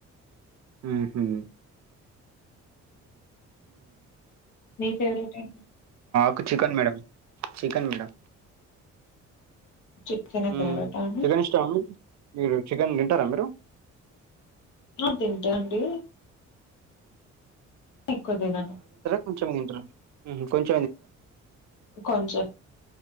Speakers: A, on the right; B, on the left.
A: ఉ హ
B: మీ ఫేవరెట్ ఏ
A: ఒక చికెన్ మేడం, చికెన్ మేడం.
B: చికెనే
A: హ్మ్
B: ఫేవరెటా అండి
A: చికెన్ ఇష్టమా మీక్ మీరు చికెన్ తింటారా మీరు
B: తింటాండి. ఎక్కువ తినను
A: కొంచెం తింటార హ్మ్ కొంచ
B: కొంచం